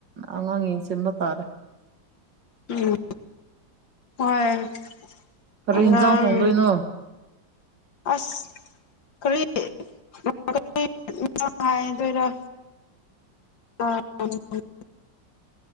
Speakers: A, on the right; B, on the left.
A: ꯑꯉꯥꯡ ꯌꯦꯡꯁꯤꯟꯕ ꯇꯥꯔꯦ
B: ꯎꯝ ꯍꯣꯏ
A: ꯀꯔꯤ
B: ꯑꯉꯥꯡ
A: ꯍꯤꯟꯖꯥꯡ ꯊꫭꯡꯗꯣꯏꯅꯣ
B: ꯑꯁ ꯀꯔꯤ <unintelligible> ꯍꯥꯏꯗꯣꯏꯔꯥ ꯑꯥ <unintelligible>